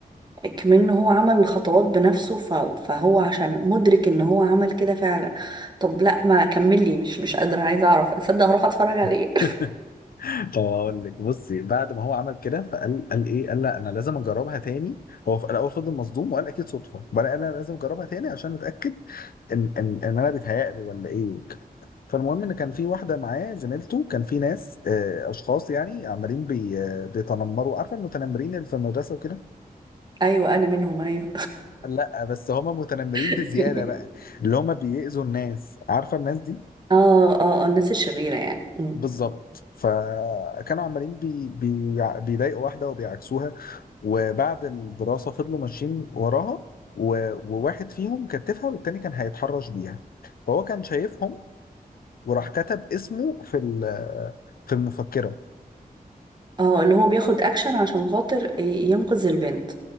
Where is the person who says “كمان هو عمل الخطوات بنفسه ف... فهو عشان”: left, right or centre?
Right